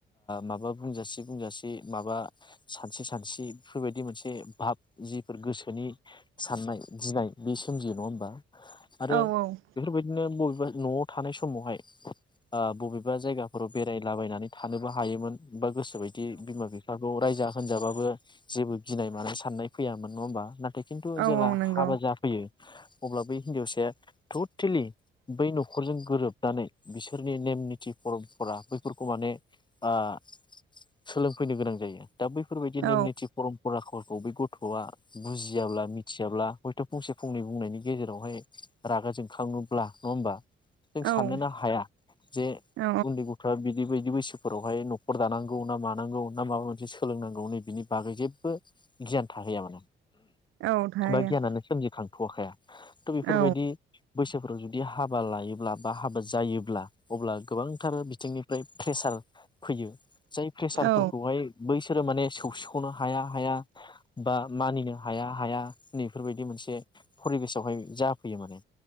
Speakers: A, on the left (about 25°); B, on the right (about 85°).
A: माबा बुंजासिगो बुंजासे माबा सानसे सानसि बेफोरबायदि मोनसे ए भाब जिफोर गोसोनि साननाय गिनाय बे सोमजियो नङा होमबा आरो
B: औ औ
A: बेफोरबायदिनो बबे न'आव थानाय समावहाय आ बबे बा जायगाफोराव बेरायलाबायनानै थानोबो हायोमोन बा गोसोआव बिदि बिमा बिफाखौ रायजा होनजाबा बो जेबो गिनाय मानाय साननाय फैयामोन नङा होमबा नाथाय खिन्थु
B: औ
A: जेला
B: नंगौ
A: हाबा जाफैयो अब्ला बै हिन्जावसाया टटेलि बै न'खरजों गोरोबनानै बिसोरनि नेम निथि फरमपरा बैफोरखौ माने ओह सोलोंफैनो गोनां जायो। दा बैफोरबायदि
B: औ
A: नेम नितथि परमपराखौ फरखौ बै गथ'आ बुजियाब्ला मिथियाब्ला हयथ' फंसे फंनै बुंनायनि गेजेरावहाय रागा जोंखाङोब्ला नङा होमबा जों
B: औ
A: साननोनो हाया जे
B: औ
A: उन्दै गथ'आ बिदिबायायदि बिदि बैसोफोरावहाय नखर दानां गौ ना मानांगौ ना माबा मोनसे सोलोंनांगौ नै बिनि बागै जेबो गियान थाहैया माने
B: औ थारैनो
A: बा गियानानो सोमजिखांथ'खाया थ' बेफोरबायदि
B: औ
A: बैसोफोराव जुदि दि हाबा लायोब्ला बा हाबा जायोब्ला अब्ला गोबांथार बिथिंनिफ्राय प्रेसार फैयो। जाय प्रेसारफोरखौहाय
B: औ
A: बैसोरो माने सौ सौ खौनो हाया हाया बा मानिनो हाया हाया नैफोरबायदि मोनसे फरिबेसावहाय जाफैयो माने